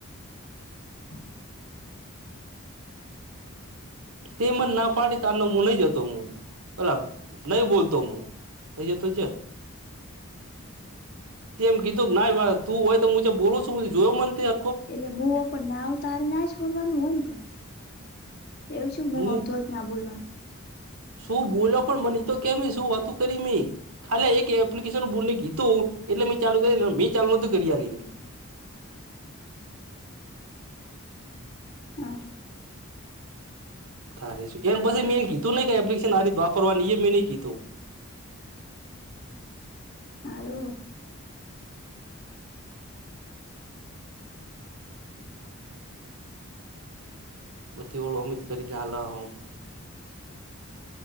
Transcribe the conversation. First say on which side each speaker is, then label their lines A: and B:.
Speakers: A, on the left (about 45°); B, on the right (about 85°).
A: હ <inaudible>
B: તે મન ના પાડી તારનો મું નહી જતો મું ઓલા નહી બોલતો હું અયાતો જા તે એમ કીધું કે નાય વાદ તું હોય તો મું જે બોલું છું જોયો મન અત્યા
A: એટલે મું પણ નાવ તારે ના જ બોલવાનું હોયન પણ એવું છું મું
B: હું
A: આવતો જ ના બોલવાનું
B: શું બોલો પણ મને તો કેમે શું વાતું કરી મે ખાલી એક એપ્લિકેશન બોને કીધું એટલે મે ચાલુ કરી મેં ચાલુ નતી કરી આલી
A: હારું
B: થારે સુ એ પછી મેં કીધું નઈ એપ્લિકેશન આ રીત વાપરવાની એ મેં નહી કીધું <inaudible>
A: હારું
B: બધ્ધી ઓલો અમીત કરી ગ્યા આ લવ